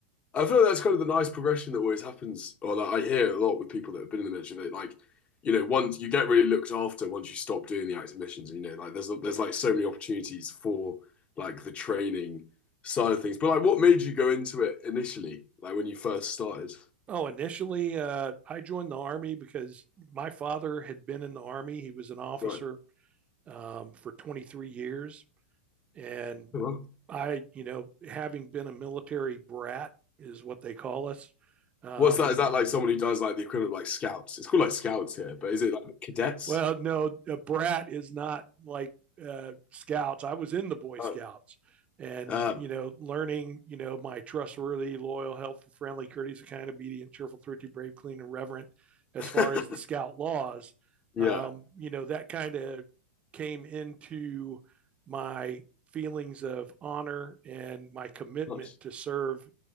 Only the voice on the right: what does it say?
Oh, initially, uh, I joined the Army because my father had been in the Army. He was an officer
um, for 23 years. And
I, you know, having been a military brat is what they call us, um,
Well, no, a brat is not like uh, scouts. I was in the Boy Scouts
and,
you know, learning, you know, my trustworthy, loyal, helpful, friendly, courteous, kind, obedient, cheerful, thrifty, brave, clean, and reverent as
far as the scout laws.
Um, you know, that kind of came into my feelings of honor and my commitment
to serve,